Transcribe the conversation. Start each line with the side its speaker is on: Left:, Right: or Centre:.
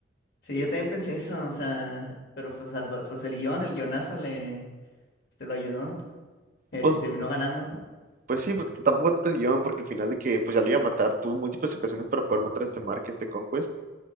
Left: Sí, yo también pensé eso, o sea, pero pues, al fa- pues el guión, el guionazo le, este, lo ayudó. Este,
Right: Pues
Left: terminó ganando.
Right: Pues sí, pero t- tampoco tanto el guión, porque al final de que pues ya lo iba a matar, tuvo múltiples ocasiones para poder matar a este Mark, este Conquest,